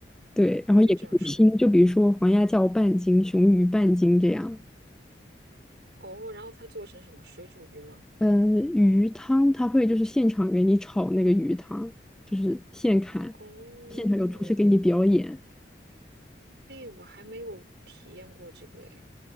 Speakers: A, in the centre; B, on the right.
A: 对，
B: 还可以这样说。
A: 然后也可以拼，就比如说黄鸭叫半斤，雄鱼半斤这样。
B: 哦，然后它做成什么？水煮鱼吗？
A: 嗯，鱼汤它会就是现场给你炒那个鱼汤，就是现砍，
B: 哦，
A: 现场有厨师给你表演，
B: 哎，我还没有体验过这个哎。